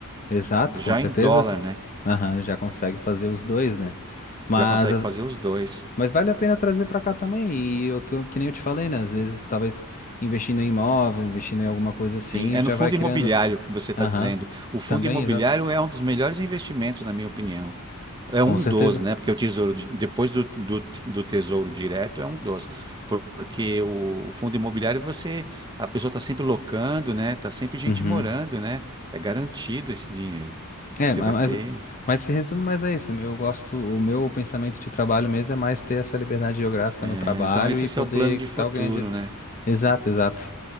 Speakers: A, on the left; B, on the right.
A: exato,
B: já
A: com certeza.
B: em dólar, né?
A: Aham, já consegue fazer os dois, né? Mas,
B: Já consegue
A: as-
B: fazer os dois.
A: mas vale a pena trazer pra cá também. E o que, eu- que nem eu te falei, né? Às vezes, talvez investindo em imóvel, investindo em alguma coisa assim,
B: Sim, é
A: já
B: no fundo
A: vai criando.
B: imobiliário que você está
A: Aham,
B: dizendo. O fundo
A: também,
B: imobiliário
A: exato.
B: é um dos melhores investimentos, na minha opinião. É
A: Com
B: um
A: certeza.
B: dos, né? Porque o tesouro, di- depois do, do, do tesouro direto, é um dos. Por- Porque o, o fundo imobiliário, você, a pessoa está sempre locando, né? Está sempre gente
A: Uhum.
B: morando, né? É garantido esse dinheiro.
A: É,
B: Você
A: ma-
B: vai
A: mas,
B: ter.
A: mas se resume mais a isso. Eu gosto, o meu pensamento de trabalho mesmo é mais ter essa liberdade geográfica
B: né?
A: no trabalho
B: Então, esse
A: e
B: é seu
A: poder
B: plano de
A: estar
B: futuro,
A: ganhando dinheiro.
B: né?
A: Exato, exato.